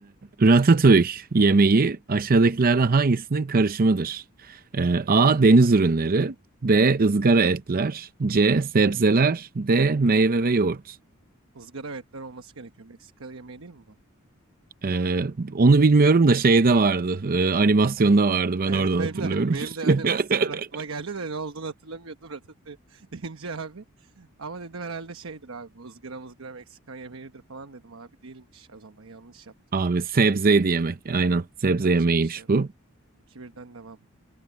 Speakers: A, on the right; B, on the right.
A: ratatouille yemeği aşağıdakilerden hangisinin karışımıdır? E, A. Deniz ürünleri. B. ızgara etler. C. Sebzeler. D. Meyve ve yoğurt.
B: Izgara ve etler olması gerekiyor. Meksika yemeği değil mi bu? <laughs>
A: Ee, onu bilmiyorum da şeyde vardı. Ee, animasyonda vardı. Ben
B: Evet
A: oradan
B: benim
A: hatırlıyorum.
B: de aynı. Benim de animasyonlar
A: <laughs>
B: aklıma geldi de ne olduğunu hatırlamıyordum Ratatouille <laughs> deyince abi. Ama dedim herhalde şeydir abi bu ızgara mızgara Meksikan yemeğidir falan dedim abi. Değilmiş o zaman yanlış yaptım.
A: Abi sebzeydi yemek. Aynen. Sebze
B: Yapacak
A: yemeğiymiş
B: bir şey yok.
A: bu.
B: 2-1'den devam.